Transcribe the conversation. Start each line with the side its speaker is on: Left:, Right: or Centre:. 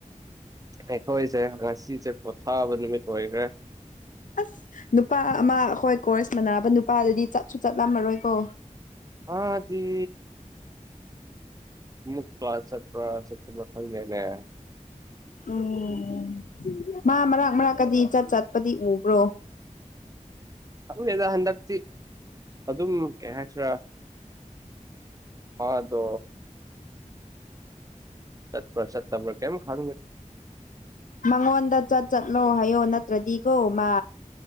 Right: ꯑꯦꯈꯣꯏꯁ ꯍꯁꯤꯁ ꯄꯣꯊꯥꯕꯃꯤ ꯀ ꯑꯣꯏꯣꯏꯈꯦ
Left: ꯑꯁ ꯅꯨꯄꯥ ꯑꯃ ꯍꯣꯏ ꯀꯣꯔꯁ ꯃꯅꯥꯅꯕ ꯅꯨꯄꯥꯗꯨꯗꯤ ꯆꯠꯁꯨ ꯆꯠꯂꯝꯃꯔꯣꯏꯀꯣ
Right: ꯑꯗꯤ ꯨꯛ ꯀ꯭ꯂꯥꯁ ꯄꯁꯊ ꯂꯩꯒ
Left: ꯑꯣ ꯃꯥ ꯃꯔꯛ ꯃꯔꯛꯀꯗꯤ ꯆꯠ ꯆꯠꯄꯗꯤ ꯎꯕ꯭ꯔꯣ
Right: ꯑꯗꯨ ꯌꯦꯗ ꯍꯟꯗꯛꯇ ꯑꯗꯨ ꯑꯗꯨꯝ ꯀꯌꯥ ꯍꯥꯏꯁ ꯍꯗꯣ ꯆꯠꯄ ꯆꯠꯠꯇꯔ ꯀꯝ ꯈꯥ
Left: ꯃꯉꯣꯟꯗ ꯆꯠ ꯆꯠꯂꯣ ꯍꯥꯏꯌꯣ ꯅꯠꯇ꯭ꯔꯗꯤꯀꯣ ꯃꯥ